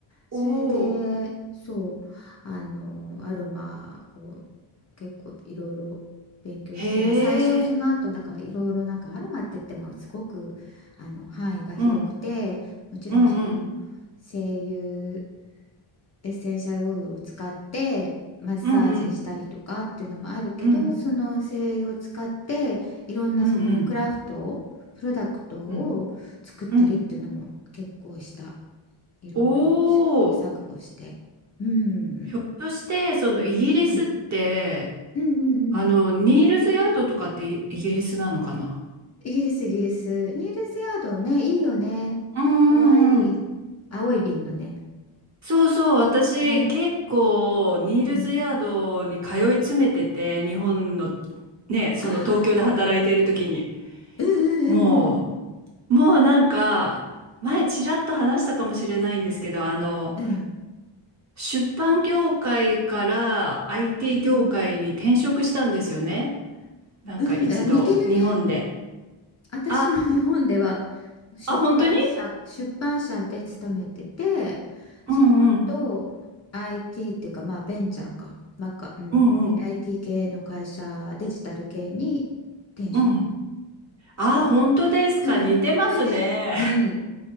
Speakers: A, on the right; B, on the left.
A: おー、
B: それで、そう、あの、アロマを結構いろいろ勉強して、
A: へえ、
B: まあ、最初、その後、だからいろいろなんかアロマって言ってもすごく、あの、範囲が広くて、
A: うん、
B: もちろんその、
A: うん、うん、
B: 精油エッセンシャルオイルを使ってマッサージしたりとかっていうのもあるけどその精油を使っていろんなそのクラフトをプロダクトを作ったりっていうのも結構した
A: うん、うん、うん、うん、うん、うん。うん
B: いろいろ試行錯誤してうん
A: おー、ひょっとして、そのイギリスって、
B: うんうんうんうん
A: あの、ニールズヤードとかってイイギリスなのかな
B: イギリスイギリスニールズヤードねいいよねかわいい青い瓶のね
A: うんうんうん。そうそう、私結構ニールズヤードに通い詰めてて、
B: ねうんうん
A: 日本のね、その東京で働いてる時に、
B: あーうんうんうん
A: もう、もうなんか、前ちらっと話したかもしれないんですけど、あの、
B: うん
A: 出版業界から IT
B: うん
A: 業界に転職したんですよね。なんか一度、
B: うんうん、あ似てるね。
A: 日本で。
B: 私も日本では
A: あ、
B: 出版社、
A: あ、本当に
B: 出版社で勤めてて、その後
A: うんうん。
B: IT っていうか、まあベンチャーか、まあか、うん、
A: うんうん。
B: IT 系の会社、デジタル系に転職
A: うん。ああ、
B: して、
A: 本当ですか。
B: うん、
A: 似てますね。
B: それで、うん、